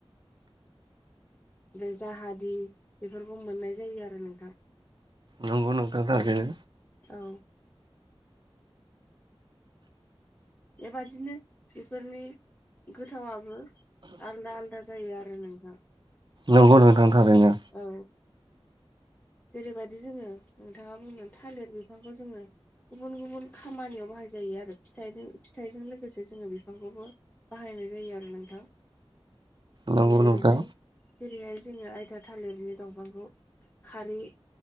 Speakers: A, on the left; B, on the right.
A: बे जाहादि बेफोरखौ मोननाय जायो आरो नोंथां
B: नंगौ नोंथां थारैनो
A: औ बेबादिनो बेफोरनि गोथावाबो आलादा आलादा आलदा जायो आरो औ नोंथां
B: नंगौ नोंथां थारैनो
A: औ जेरैबायदि जोङो नोंथाङा बुंनो थालिर बिफांखौ जोङो गुबुन गुबुन खामानियाव बाहायजायो आरो फिथाइ फिथाइजों लोगोसे जोङो बिफांखौबो बाहायनाय जायो आरो नोंथां
B: नंगौ
A: जेरैहाय
B: नोंथां
A: जेरैहाय जोङो आइथा थालिरनि दंफांखौ खारै